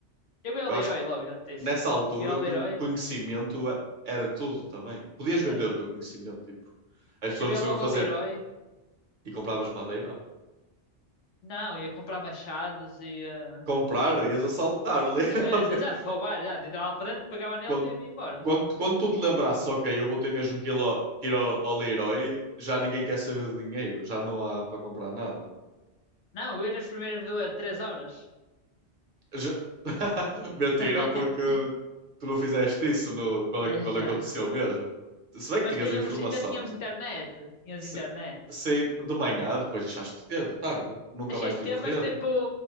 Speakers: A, on the left; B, on the right.
A: Eu ia
B: Eu
A: ao Leroy
B: acho
A: logo, já te disse.
B: nessa altura,
A: Eu ia ao
B: con-
A: Leroy?
B: conhecimento é- era tudo também. Podias vender
A: Sim.
B: o teu conhecimento, tipo, as pessoas
A: Eu ia
B: não sabiam
A: logo
B: fazer.
A: ao Leroy?
B: E compravas madeira?
A: Não, ia comprar machados e... ah,
B: Comprar, ias assaltar o Leroy.
A: é, Exato,
B: <laughs>
A: roubar, exato. Entrava lá para dentro, pegava neles
B: Quando,
A: e ia embora.
B: quando, quando tu te lembrasses, ok, eu vou ter mesmo que ir ao, que ir ao, ao Leroy, já ninguém quer saber de dinheiro, já não há para comprar nada.
A: Não, eu ia nas primeiras duas, três horas.
B: Já- <laughs> Mentira,
A: <laughs>
B: porque tu não fizeste isso no- quando,
A: Mas
B: é, quando
A: não.
B: aconteceu mesmo. Se bem que
A: Mas
B: tinhas
A: tínhamos,
B: a informação
A: ainda tínhamos
B: que
A: internet. tínhamos
B: Se,
A: internet.
B: se de manhã, depois deixaste de ter, de tarde. Nunca
A: Deixei
B: mais
A: de
B: tive
A: ter,
B: rede.
A: mas tipo.